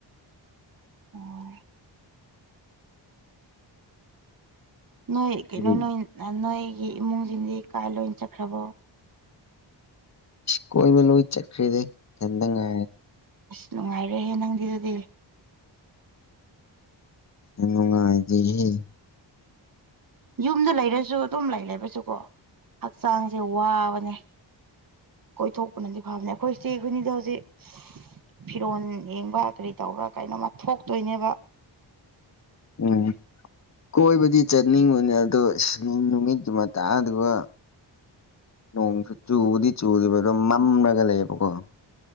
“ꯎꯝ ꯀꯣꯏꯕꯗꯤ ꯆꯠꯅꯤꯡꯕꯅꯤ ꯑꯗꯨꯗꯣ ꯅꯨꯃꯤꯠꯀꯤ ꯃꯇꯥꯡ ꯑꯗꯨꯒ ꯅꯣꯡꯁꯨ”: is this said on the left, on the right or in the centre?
Left